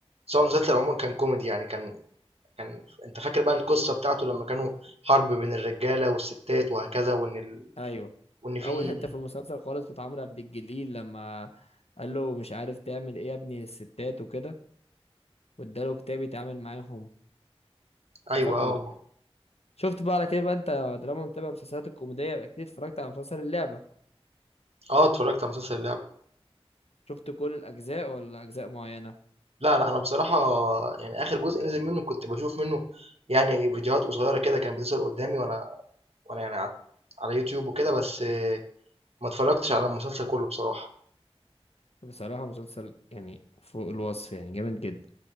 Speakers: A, on the right; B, on the left.
A: بس هو مسلسل عموما كان كوميدي يعني كان كان انت فاكر بقى القصه بتاعته لما كانوا حرب بين الرجاله والستات وهكذا وان ال...
B: ايوه
A: وان في
B: اول حته في المسلسل خالص بتاع عمرو عبد الجليل لما قال له مش عارف تعمل ايه يا ابني الستات وكده واداله كتاب يتعامل معاهم
A: ايوه
B: فاكره
A: اه
B: شفت بقى على كده بقى انت طالما متابع مسلسلات الكوميديا يبقى اكيد اتفرجت على مسلسل اللعبه
A: اه اتفرجت على مسلسل اللعبه
B: شفت كل الاجزاء ولا اجزاء معينه
A: لا لا انا بصراحه يعني اخر جزء نزل منه كنت بشوف منه يعني فيديوهات قصيره كده كانت بتظهر قدامي وانا وانا يعني على على يوتيوب وكده بس آه، ما اتفرجتش على المسلسل كله بصراحه
B: بصراحة مسلسل يعني فوق الوصف يعني جامد جدا